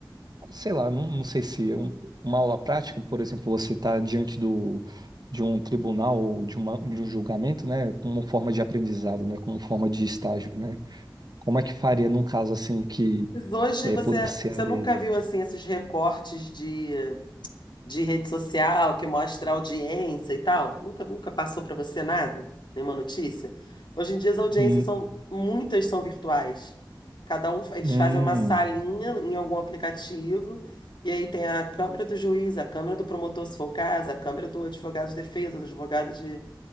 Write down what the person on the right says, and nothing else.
sei lá, não, não sei se é um- uma aula prática, por exemplo, você está diante do, de um tribunal ou de, uma, de um julgamento, né, como forma de aprendizado, né, como forma de estágio, né? Como é que faria num caso assim que
é,
pudesse ser
EAD?
Hum,
hum,